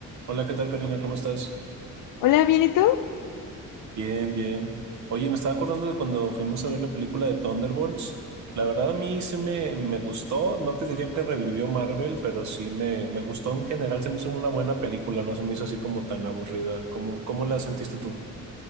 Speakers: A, on the right; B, on the left.
A: Hola, ¿qué tal, Karina? ¿Cómo estás?
B: Hola, ¿bien y tú?
A: Bien, bien. Oye, me estaba acordando de cuando fuimos a ver la película de Thunderbolts. La verdad, a mí sí me, me gustó. No te diría que revivió Marvel, pero sí me, me gustó en general. Se me hizo una buena película, no se me hizo así como tan aburrida. ¿Cómo, cómo la sentiste tú?